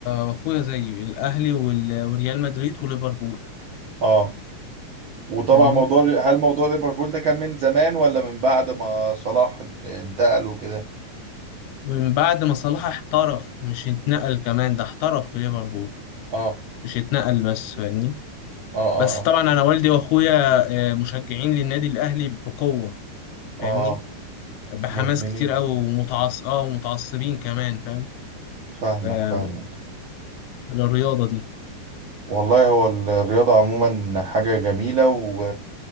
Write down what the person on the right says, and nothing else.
اه وطبعا
موضوع هل موضوع ليفربول ده كان من زمان ولا من بعد ما صلاح انتقل وكده
اه
اه اه
اه,
آه.
مدمنين
فاهمك
فاهمك
والله هو ال- الرياضة عموما حاجة جميلة و...